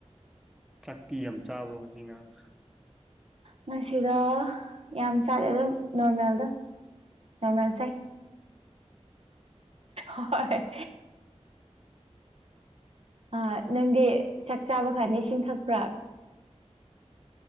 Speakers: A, in the centre; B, on the right (about 55°).
A: ꯆꯥꯛꯇꯤ ꯌꯥꯝ ꯆꯥꯕ꯭ꯔꯣ ꯉꯁꯤ ꯉꯔꯥꯡ
B: ꯉꯁꯤꯔ ꯌꯥꯝ ꯆꯥꯗꯦ ꯑꯗꯨꯝ ꯅꯣꯔꯃꯦꯜꯗ ꯅꯣꯔꯃꯦꯜ ꯆꯥꯏ ꯍꯣꯏ ꯑ ꯅꯪꯗꯤ ꯆꯥꯛ ꯆꯥꯕ ꯀꯥꯟꯗ ꯏꯁꯤꯡ ꯊꯛꯄ꯭ꯔꯥ